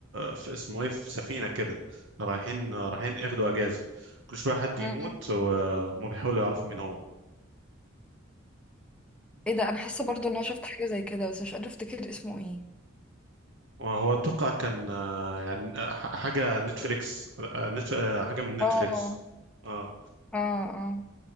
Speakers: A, on the right; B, in the centre.
A: في اسمه ايه في سفينه كده رايحين رايحين ياخدوا اجازه كل شويه حد
B: مم.
A: يموت وهم بيحاولوا يعرفوا مين هو
B: ايه ده انا حاسه برضو ان انا شفت حاجه زي كده بس مش قادره افتكر اسمه ايه
A: وهو اتوقع كان آه، يعني آه، ح- حاجه نتفليكس آه، نت... آه، حاجه من نتفليكس
B: اه
A: اه
B: اه اه